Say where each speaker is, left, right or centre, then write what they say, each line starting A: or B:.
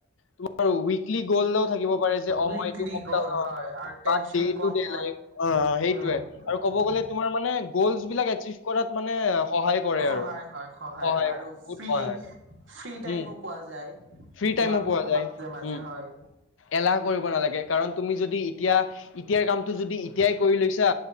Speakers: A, on the left; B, on the right.
A: তোমাৰ ওৱিকলি গ'লেও থাকিব পাৰে যে
B: উইকলি
A: মই এইটো সপ্তা
B: গ'ল
A: অ।
B: হয় আৰু টেনচন
A: বা ডে
B: কম
A: টু ডে
B: হয়
A: লাইফ সেইটোৱেই
B: উম
A: আৰু ক'ব
B: উম।
A: গ'লে তোমাৰ মানে গলছ বিলাক। আৰছিভ কৰাত মানে। সহায় কৰে
B: সহায়
A: আৰু সহায়
B: হয় আৰু
A: হয় বহুত
B: ফ্ৰী
A: সহায় হয়
B: ফ্ৰী টাইমো
A: উম।
B: পোৱা যায়
A: ফ্ৰী টাইমো
B: মা
A: পোৱা যায়
B: মাজে মাজে
A: উ
B: হয়
A: এলাহ কৰিব নালাগে। কাৰণ তুমি যদি এতিয়া এতিয়াৰ কামটো যদি এতিয়াই কৰি লৈছা।